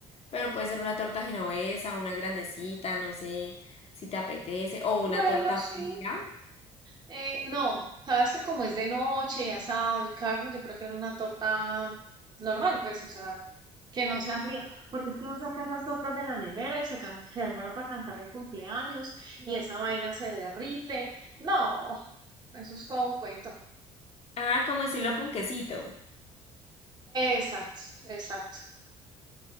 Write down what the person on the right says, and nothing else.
Bueno,
sí.
Eh, no, sabes que como es de noche y asado y carne, yo prefiero una torta normal, pues, o sea, que no sea fría, porque es que uno saca esas tortas de la nevera y se, can- se demora para cantar el cumpleaños y esa vaina se derrite. No, eso es todo un cuento.
Exacto, exacto,